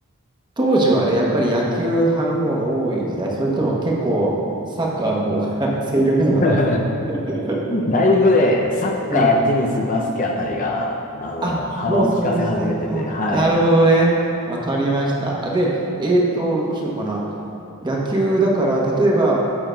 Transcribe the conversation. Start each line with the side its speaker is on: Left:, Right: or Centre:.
Right: 当時はあれ、やっぱり野球派の方が多い時代、それとも結構サッカーの方が <laughs> 勢力図が高かった。
Left: <laughs>
Right: <laughs>
Left: だいぶね、サッカー、
Right: うん。
Left: テニス、バスケあたりが、あの、
Right: あ、
Left: 幅を利かせ始めてて、
Right: もうそういう時代か。
Left: はい。
Right: なるほどね。わかりました。あで、えっと、どうしようかな。野球だから、例えば、